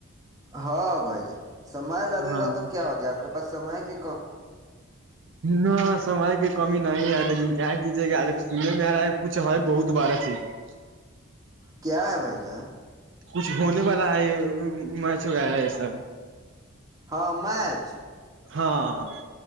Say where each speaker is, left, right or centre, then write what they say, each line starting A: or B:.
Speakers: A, on the right; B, on the right.
A: ہاں بھائی جان سمے لگے
B: ہاں
A: گا تو کیا ہو گیا آپ کے پاس سمے کے
B: نہ سمئے کے کمی نہیں ہے لیکن کیا کیجیے گ سنے میں آ رہا ہے کچھ ہے بہت بارا چیز
A: کیا ہے بھائی جہ
B: کچھ ہونے والا ہے میچ وغیرہ یہ سب
A: ہاں میچ
B: ہاںاں